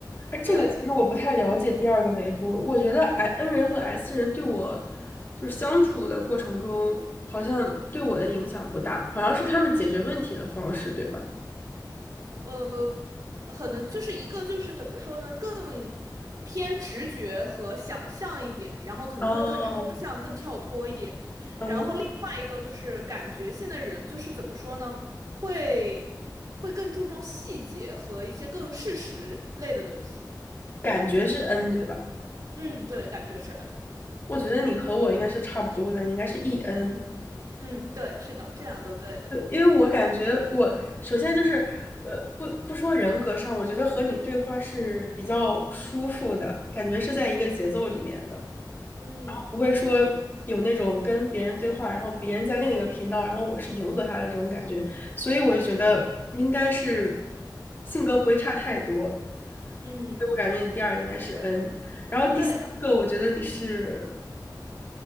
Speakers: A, on the left; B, on the right.
A: 哎，这个其实我不太了解第二个维度。
B: 对，
A: 我觉得 I N 人和 S 人对我就是相处的过程中，好像对我的影响不大，好像是他们解决问题的方式，对吧？
B: 呃，可能就是一个就是怎么说呢，更偏直觉和想象一点，然后可能会更抽象、
A: 哦，
B: 更跳脱一点。
A: 嗯，
B: 然后另外一个就是感觉性的人，就是怎么说呢，会会更注重细节和一些更事实类的东西。
A: 感觉是 N，对吧？
B: 嗯，对，感觉是 N。
A: 我觉得你和我应该是差不多的，你应该是 E N。
B: 嗯，对，是的，这两个都对了。
A: 对，因为我感觉我首先就是，呃，不不说人格上，我觉得和你对话是比较舒服的，感觉是在一个节奏里面的，
B: 嗯
A: 然后不会说有那种跟别人对话，然后别人在另一个频道，然后我是迎合他的这种感觉，所以我就觉得应该是性格不会差太多，
B: 嗯，
A: 所以我感觉你第二个应该是 N，然后第三个我觉得你是。
B: 对。